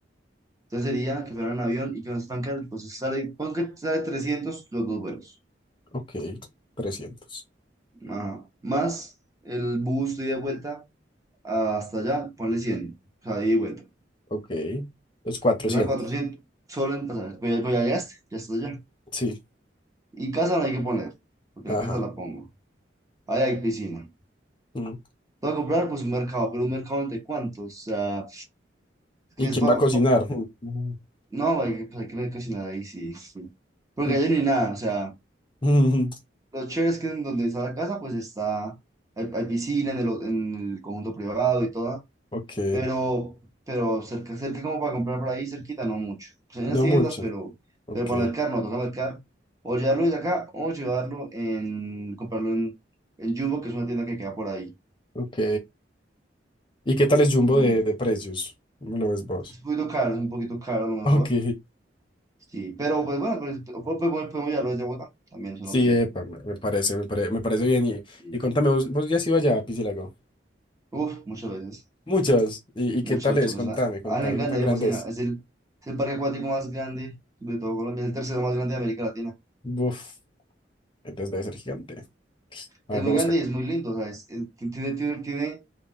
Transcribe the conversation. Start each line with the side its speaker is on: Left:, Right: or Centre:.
Right: entonces sería que fueran en avión y que no es tan caro, entonces sale, pon que sale 300 los dos vuelos,
Left: ok, 300.
Right: Ajá. Más el bus de ida y vuelta hasta allá, ponle cien o sea, de ida y vuelta,
Left: Ok, los 400.
Right: se va a 400 solo en pasajes, pues ya, pues ya llegaste, ya estás allá,
Left: Sí,
Right: y casa no hay que poner, porque
Left: ajá.
Right: la casa la pongo, ahí hay piscina.
Left: Mm.
Right: Voy a comprar pues un mercado, pero un mercado entre cuántos. O sea,
Left: ¿Y
Right: que es
Left: quién
Right: para...
Left: va a cocinar? <laughs>
Right: no, hay que, pues, hay que mercacionar ahí, sí, sí. Porque
Left: Mm,
Right: allá no hay nada, o sea,
Left: mm, mm.
Right: lo chévere es que en donde está la casa, pues está, hay, hay piscina en el, ho- en el conjunto privado y todo,
Left: <laughs> Ok,
Right: pero, pero cerca, cerca como para comprar por ahí, cerquita, no mucho. Pues hay
Left: no
Right: unas tiendas,
Left: mucho.
Right: pero,
Left: Ok,
Right: pero para mercar, no, toca mercar, o llevarlo desde acá, o llevarlo en, comprarlo en, en Jumbo, que es una tienda que queda por ahí.
Left: ok. ¿Y qué tal es Jumbo
Right: Y
Left: de, de precios? ¿Cómo lo ves vos?
Right: es un poquito caro, es un poquito caro a lo mejor,
Left: <laughs> Ok,
Right: Sí, pero pues bueno, pues, po- po- po- podemos llevarlo desde Bogotá, también es una
Left: sí,
Right: opción.
Left: epa, me me parece, me, pare- me parece bien. Y,
Right: Sí.
Left: y contame, ¿vos, vos ya has ido allá a Piscilago?
Right: Uf, muchas veces,
Left: Muchas. ¿Y, y
Right: muchas,
Left: qué tal
Right: muchas
Left: es?
Right: veces.
Left: Contame, contame,
Right: A mí me encanta,
Left: ¿qué tan
Right: a
Left: grande
Right: mí me fascina.
Left: es?
Right: Es el, es el parque acuático más grande de todo Colombia, es el tercero más grande de América Latina.
Left: Buf, entonces debe ser gigante. A
Right: Es
Left: ver,
Right: muy
Left: voy a buscar.
Right: grande y es muy lindo, o sea, es- es- ti- tiene, tiene, tiene